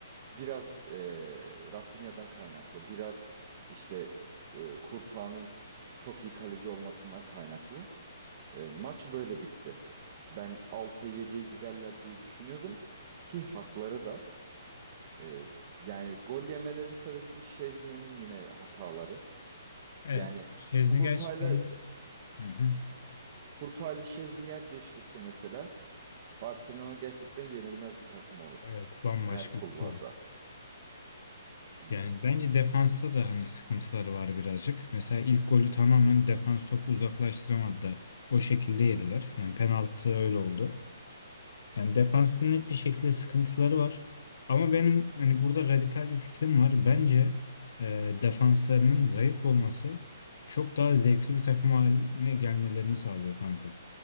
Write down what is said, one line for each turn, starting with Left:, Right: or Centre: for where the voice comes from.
Right: Biraz e, Rafinha'dan kaynaklı, biraz işte e, Courtois'ın çok iyi kaleci olmasından kaynaklı. E, maç böyle bitti. Ben 6-7'yi giderler diye düşünüyordum ki hakları da e, yani gol yemelerinin sebebi de Şezni'nin yine hataları.
Left: Evet.
Right: Yani
Left: Şezni
Right: Kurtay'la
Left: gerçekten hı hı.
Right: Kurtay'la Şezni yer değiştirse mesela Barcelona gerçekten yenilmez bir takım olur.
Left: Evet, bambaşka
Right: Her kulvarda.
Left: bir şey olur.
Right: Hani
Left: Yani bence defansta da hani sıkıntıları var birazcık. Mesela ilk golü tamamen defans topu uzaklaştıramadı da o şekilde yediler. Yani penaltı öyle oldu. Yani defansta net bir şekilde sıkıntıları var. Ama benim hani burada radikal bir fikrim var. Bence e, defanslarının zayıf olması çok daha zevkli bir takım haline gelmelerini sağlıyor kanka.